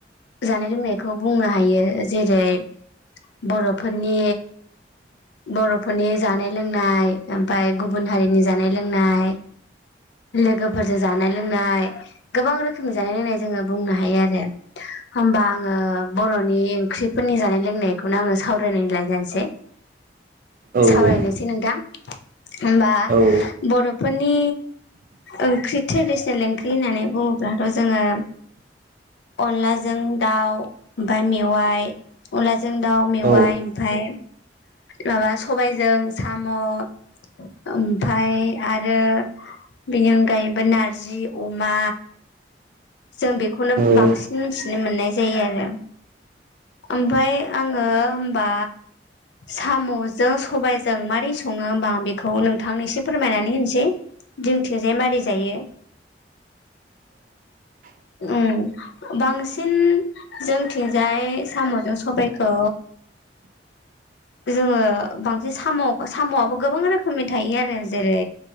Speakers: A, on the left; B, on the right.
A: जानाय लोंनायखौ बुंनो हायो जेरै बर'फोरनि बर'फोरनि जानाय लोंनाय ओमफ्राय गुबुन हारिनि जानाय लोंनाय। लोगोफोरजों जानाय लोंनाय गोबां रोखोमनि जानाय लोंनाय जोङो बुंनो हायो आरो होमबा आङो बर'नि ओंख्रिफोरनि जानाय लोंनायखौनो आङो सावरायनायलायनोसै।
B: औ
A: सावरायनोसै नोंथां होमबा
B: औ
A: बर'फोरनि ओंख्रि ट्रेडिसनेल ओंख्रि होननानै बुङोब्लाथ' जोङो अनलाजों दाउ, ओमफाय मेवाइ। अनलाजों दाउ, मेवाइ
B: औ
A: ओमफाय माबा स सबायजों साम' ओमफाय आरो बेनि अनगायैबो नारजि अमा जों बेखौनो
B: औ
A: बांसिन मिथिनो मोननाय जायो आरो। ओमफाय आङो ओमबा साम'जों सबायजों मारै सङो होमबा बेखौ नोंथांनो एसे फोरमायनानै होनोसै। जोंनिथिंजाय मारै जायो? उम बांसिन। जोंथिंजाय साम'जों सबायखौ जोङो बांसिन साम' साम'आबो गोबां रोखोमनि थायो आरो जेरै